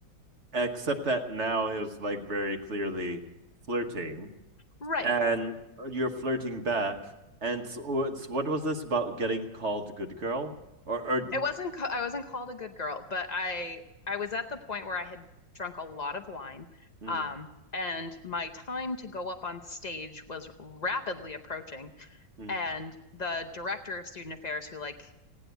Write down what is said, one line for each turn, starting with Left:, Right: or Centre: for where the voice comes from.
Right: except that now is like very clearly flirting,
Left: Right.
Right: and you're flirting back. And so it's, what was this about getting called good girl or or
Left: It wasn't ca- I wasn't called a good girl, but I I was at the point where I had drunk a lot of wine,
Right: mm,
Left: um, and my time to go up on stage was rapidly approaching.
Right: mm,
Left: And the director of student affairs, who like